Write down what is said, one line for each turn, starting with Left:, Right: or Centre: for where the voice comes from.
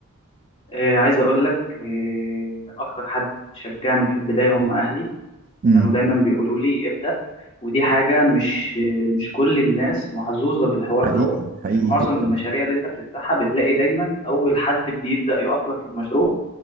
Left: آه عايز اقول لك آه اكتر حد شجعني في البداية هم اهلي
Right: امم
Left: كانوا دايما بيقولوا لي ابدأ ودي حاجة مش مش كل الناس محظوظة بالحوار
Right: حقيقي
Left: دوت
Right: حقيقي
Left: معظم
Right: جدا
Left: المشاريع اللي انت بتفتحها بتلاقي دايما اول حد بيبدأ يقف لك في المشروع